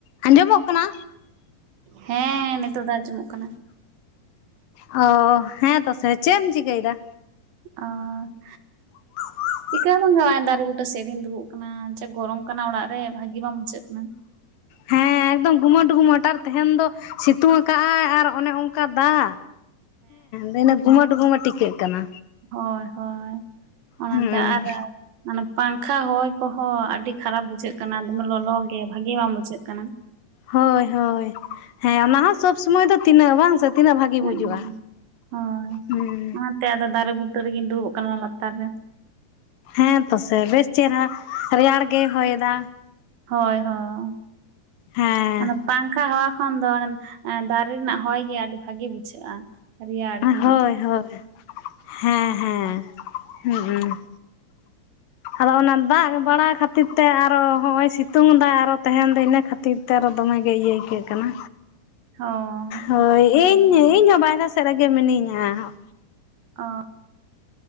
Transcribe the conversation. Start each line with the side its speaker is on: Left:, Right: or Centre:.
Left: ᱟᱸᱡᱚᱢᱚᱜ ᱠᱟᱱᱟ?
Right: ᱦᱮᱸ, ᱱᱤᱛᱚᱜ ᱫᱚ ᱟᱸᱡᱚᱢᱚᱜ ᱠᱟᱱᱟ᱾
Left: ᱚ ᱦᱮᱸᱛᱚ ᱥᱮ ᱪᱮᱢ ᱮᱢ ᱪᱤᱠᱟᱹᱭ ᱮᱫᱟ?
Right: ᱚᱸᱻ᱾
Left: <inaudible>
Right: ᱪᱤᱠᱟᱹ ᱦᱚ ᱵᱟᱝ ᱜᱮ᱾ ᱦᱚᱜᱼᱚᱭ ᱫᱟᱨᱮ ᱵᱩᱴᱟᱹ ᱥᱮᱡ ᱨᱤᱧ ᱫᱩᱲᱩᱵ ᱟᱠᱟᱱᱟ ᱟᱨ ᱡᱟ ᱜᱚᱨᱚᱢ ᱠᱟᱱᱟ᱾ ᱚᱲᱟᱜ ᱨᱮ ᱵᱷᱟᱹᱜᱤ ᱵᱟᱝ ᱵᱩᱡᱷᱟᱹᱜ ᱠᱟᱱᱟ᱾
Left: ᱦᱮᱸ ᱮᱠᱫᱚᱢ ᱜᱩᱢᱟᱹᱴ ᱜᱩᱢᱟᱹᱴ ᱟᱨ ᱛᱮᱦᱮᱧ ᱫᱚ ᱥᱤᱛᱩᱝ ᱟᱠᱟᱫᱼ ᱟᱭ ᱟᱨ ᱚᱱᱮ ᱚᱱᱠᱟ ᱫᱟᱜ ᱦᱮᱸ, ᱜᱩᱢᱟᱹᱴ ᱜᱩᱢᱟᱹᱴ ᱴᱷᱤᱠᱟᱹᱜ ᱠᱟᱱᱟ᱾
Right: ᱦᱳᱭ ᱦᱳᱭ, ᱚᱱᱟ
Left: ᱦᱩᱸ
Right: ᱛᱮ ᱟᱨ ᱢᱟᱱᱮ ᱯᱟᱝᱠᱷᱟ ᱦᱚᱭ ᱠᱚᱦᱚᱸ ᱟᱹᱰᱤ ᱠᱷᱟᱨᱟᱯ ᱵᱩᱡᱷᱟᱹᱜ ᱠᱟᱱᱟ, ᱫᱚᱢᱮ ᱞᱚᱞᱚ ᱜᱮ ᱵᱷᱟᱹᱜᱤ ᱵᱟᱝ ᱵᱩᱡᱷᱟᱹᱜ ᱠᱟᱱᱟ᱾
Left: ᱦᱳᱭ ᱦᱳᱭ, ᱦᱮᱸ ᱚᱱᱟ ᱦᱚᱸ ᱥᱚᱵᱽ- ᱥᱚᱢᱚᱭ ᱫᱚ ᱛᱤᱱᱟᱹᱜ ᱵᱟᱝ ᱥᱮ ᱛᱤᱱᱟᱹᱜ ᱵᱷᱟᱜᱤ
Right: ᱦᱮᱸ
Left: ᱵᱩᱡᱩᱜᱼᱟ
Right: ᱦᱳᱭ ᱴ,
Left: ᱦᱩᱸ
Right: ᱚᱱᱟ ᱛᱮ ᱟᱫᱚ ᱫᱟᱨᱮ ᱵᱩᱴᱟᱹ ᱨᱮᱜᱮᱧ ᱫᱩᱲᱩᱵᱚ ᱟᱠᱟᱱᱟ᱾ ᱚᱱᱟ ᱞᱟᱛᱟᱨ ᱨᱮ᱾
Left: ᱦᱮᱸ ᱛᱚ ᱥᱮ ᱵᱮᱥ ᱪᱮᱦᱨᱟ ᱨᱮᱭᱟᱲ ᱜᱮ ᱦᱚᱭ ᱮᱫᱟ ᱾
Right: ᱦᱳᱭ ᱦᱚᱸ᱾
Left: ᱦᱮᱸ
Right: ᱯᱟᱝᱠᱷᱟ ᱦᱟᱣᱟ ᱠᱷᱚᱱ ᱫᱚ ᱫᱟᱨᱮ ᱨᱮᱱᱟᱜ ᱦᱚᱭ ᱜᱮ ᱟᱹᱰᱤ ᱵᱷᱟᱹᱜᱤ ᱵᱩᱡᱷᱟᱹᱜᱼᱟ᱾ ᱨᱮᱭᱟᱲ
Left: ᱦᱳᱭ
Right: ᱜᱮ
Left: ᱦᱳᱭ, ᱦᱮᱸ ᱦᱮᱸ᱾ ᱟᱫᱚ ᱚᱱᱟ ᱫᱟᱜ ᱵᱟᱲᱟ ᱠᱷᱟᱹᱛᱤᱨ ᱛᱮ ᱟᱨᱚ ᱦᱚᱸᱜᱼᱚᱭ ᱥᱤᱛᱩᱝ ᱮᱫᱟ, ᱟᱨᱚ ᱛᱮᱦᱮᱱ ᱫᱚ ᱤᱱᱟᱹ ᱠᱷᱟᱹᱛᱤᱨ ᱱᱮᱛᱟᱨ ᱟᱨᱚ ᱫᱚᱢᱮ ᱜᱮ ᱤᱭᱟᱹ ᱟᱹᱭᱠᱟᱹᱜ ᱠᱟᱱᱟ?
Right: ᱦᱚᱸᱻ᱾
Left: ᱦᱳᱭ, ᱤᱧ ᱤᱧᱦᱚᱸ ᱵᱟᱨᱦᱮ ᱥᱮᱫ ᱨᱮᱜᱮ ᱢᱤᱱᱟᱹᱧᱼᱟ᱾
Right: ᱚᱸ᱾